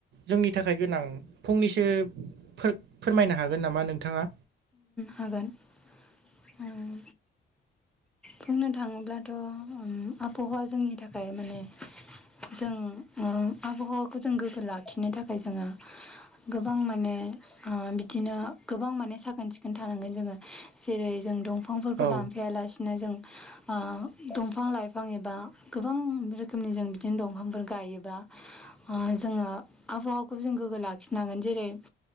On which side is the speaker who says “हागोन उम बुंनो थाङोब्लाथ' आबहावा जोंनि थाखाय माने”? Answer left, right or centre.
Centre